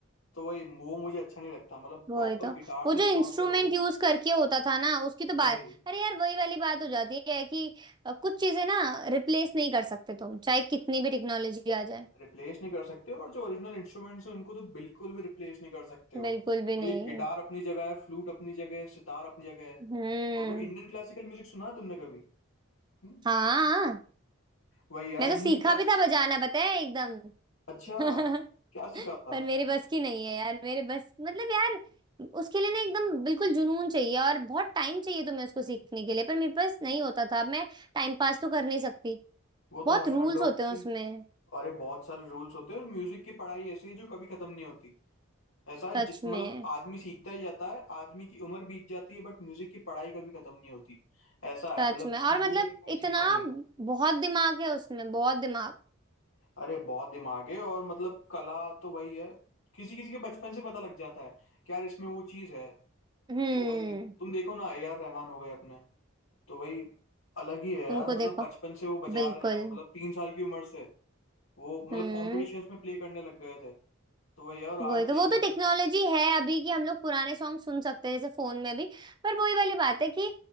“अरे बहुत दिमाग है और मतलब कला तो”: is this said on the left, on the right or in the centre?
Left